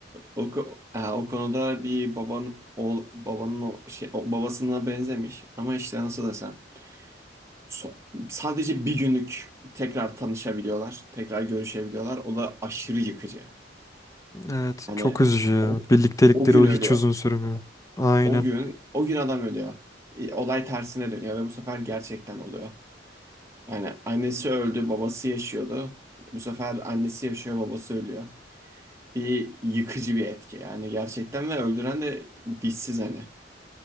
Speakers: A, on the right; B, on the left.
A: O, ko- ha, o konuda bir baban oğul babanın o şey o babasına benzemiş ama işte nasıl desem so- sadece bir günlük tekrar tanışabiliyorlar, tekrar görüşebiliyorlar. O da aşırı yıkıcı.
B: Evet.
A: Yani
B: Çok üzücü ya.
A: o,
B: Birliktelikleri
A: o gün ölüyor.
B: hiç uzun sürmüyor. Aynen.
A: O gün o gün adam ölüyor. E, Olay tersine dönüyor ve bu sefer gerçekten oluyor. Yani annesi öldü, babası yaşıyordu. Bu sefer annesi yaşıyor, babası ölüyor. bir yıkıcı bir etki yani gerçekten ve öldüren de dişsiz hani.